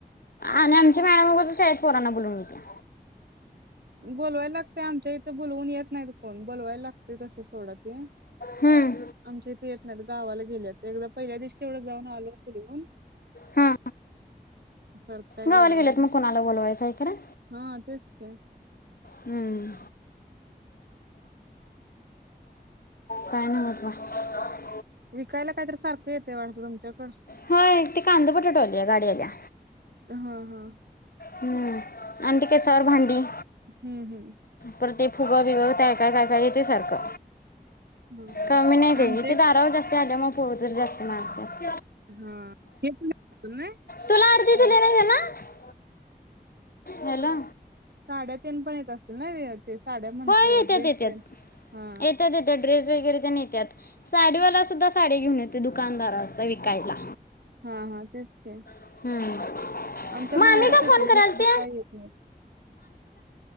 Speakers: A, on the left; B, on the right.
A: आणि आमची मॅडम उगाचच शाळेत पोरांना बोलून घेतीया
B: बोलवायला लागते आमच्या इथे बोलवून येत नाही पण बोलवायला लागतेय तसं सोडा ते
A: हम्म,
B: आमच्या इथे एक मध्ये गावाला गेल्यात तेवढ्यात पहिल्या दिवशी तेवढं जाऊन आलो बोलवून
A: हां
B: परत काय
A: गावाला
B: गेलो
A: गेलेत
B: नाही
A: मग कुणाला बोलवायचं आहे खरं
B: हा तेच की
A: हम् काय न्हवच बा
B: विकायला काहीतरी सारखं येतय वाटतय तुमच्याकड
A: होय ते कांदा बटाटा आली आहे गाडी आल्या
B: हा हा
A: हम्म आणि ती केसावर भांडी
B: हम्म हम्म
A: परत ते फुगं बिगं काय काय काय काय येते सारखं
B: हम्म हम्म
A: कमी नाही तेजी
B: आमच्या
A: ते दारावर जास्त ती आल्यामुळं पोर जरा जास्त मारत्यात
B: हा हेे पण असलं नाही
A: तुला अर्धी
B: शाळेत
A: दिली नाही त्यांना हॅलो
B: साड्या तेन पण येत असतील ना वे ते साड्या म्हणतो
A: होय येतात
B: ड्रेस
A: येतात
B: तेंन हा
A: येतात येतात ड्रेस वगैरे तेन येत्यात साडीवाला सुद्धा साडी घेऊन येतोय दुकानदार असा विकायला
B: हा हा तेच की
A: हम्म.
B: आमच्या
A: मामी
B: माहेरात
A: का
B: येतय
A: फोन कराल
B: हे इकड
A: ते
B: काय येत नाही.